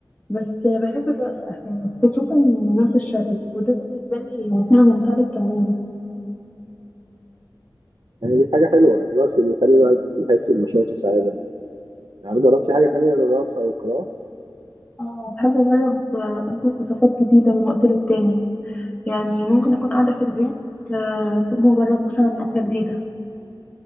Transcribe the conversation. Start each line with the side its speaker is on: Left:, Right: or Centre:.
Left: بس بحب الرقص احيانا خصوصا الرقص الشرقي وده بالنسبه لي وسيله ممتعه للتمرين
Right: يعني دي حاجة حلوة الرقص بيخلي الواحد يحس بنشاط وسعادة يعني جربتي حاجة تانية غير الرقص أو القراءة؟
Left: اه بحب أجرب آه، أطبخ وصفات جديدة من وقت للتاني يعني ممكن أكون قاعدة في البيت آه، فأقوم أجرب مثلا أكلة جديدة